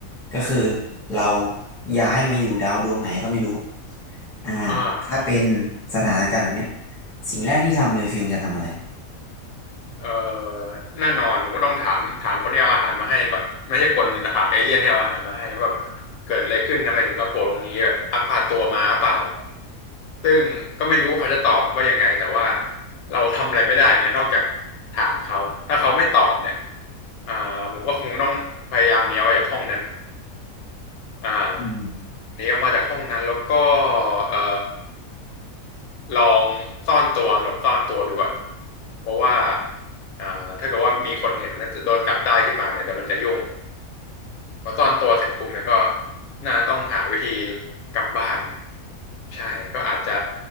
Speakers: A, in the centre; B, on the left.
A: ก็คือเราย้ายมาอยู่ดาวดวงไหนก็ไม่รู้อ่า
B: อ่า
A: ถ้าเป็นสถานการณ์แบบเนี้ยสิ่งแรกที่ทำเลยฟิลจะทำอะไร
B: เออแน่นอน ผมก็ต้องถาม ถามคนที่เอาอาหารมาให้ก่อน ไม่ใช่คนถึงนะถามเอเลี่ยนที่เอาอาหารมาให้ว่าแบบเกิดอะไรขึ้นทำไมถึงมาโผล่ตรงนี้แบบลักพาตัวมาเปล่าซึ่งก็ไม่รู้ว่าเขาจะตอบว่ายังไง แต่ว่าเราทำอะไรไม่ได้เงี้ยนอกจากถามเขาถ้าเขาไม่ตอบเนี่ยอ่าผมก็คงต้องพยายามหนีออกมาจากห้องนั้นอ่า
A: อืม
B: หนีออกมาจากห้องนั้นแล้วก็เอ่อ ลองซ่อนตัวหลบซ่อนตัวดูก่อน เพราะว่าอ่าถ้าเกิดว่ามีคนเห็นแล้วจะโดนจับได้ขึ้นมาเนี่ยเดี๋ยวมันจะยุ่งพอซ่อนตัวเสร็จปุ๊บเนี่ยก็น่าต้องหาวิธีกลับบ้านใช่ก็อาจจะ